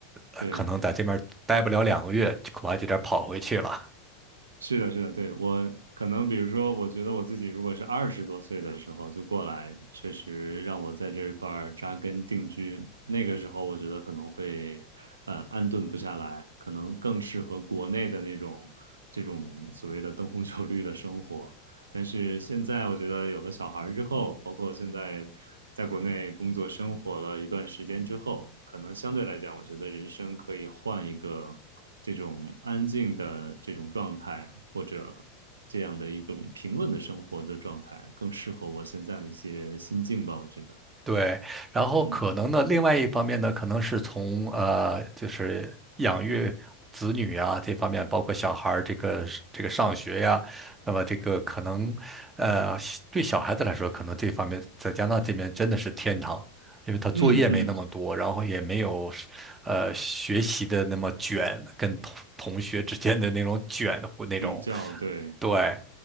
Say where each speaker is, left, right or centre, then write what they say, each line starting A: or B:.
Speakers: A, on the right (about 20°); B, on the right (about 90°).
A: 呃可能在这边待不了两个月，
B: 对。
A: 就恐怕就得跑回去了。
B: 是的，是的，对，我可能比如说，我觉得我自己如果是二十多岁的时候就过来，确实让我在这一块儿扎根定居。那个时候，我觉得可能会呃安顿不下来，可能更适合国内的那种这种所谓的灯红酒绿的生活。但是现在，我觉得有了小孩儿之后，包括现在在国内工作生活了一段时间之后，可能相对来讲，我觉得人生可以换一个。这种安静的这种状态，或者这样的一种平稳的生活的状态，更适合我现在的一些心境吧，我觉得，
A: 对，然后可能呢，
B: 嗯
A: 另外一方面呢，可能是从呃，就是养育子女啊这方面，包括小孩儿这个是这个上学呀，那么这个可能呃，小对小孩子来说，可能这方面在加拿大这边真的是天堂，因为他作业没那么多，
B: 嗯嗯，
A: 然后也没有是呃学习的那么卷，跟同同学之间的那种卷或那种。
B: 比较对
A: 对，